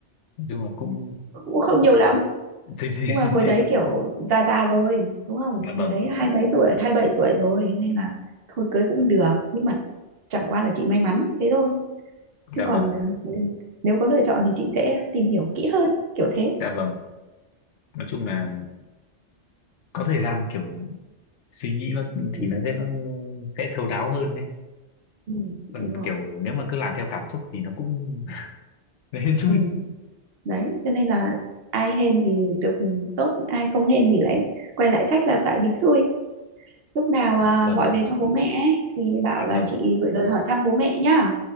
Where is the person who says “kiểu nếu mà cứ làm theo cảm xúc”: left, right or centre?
Left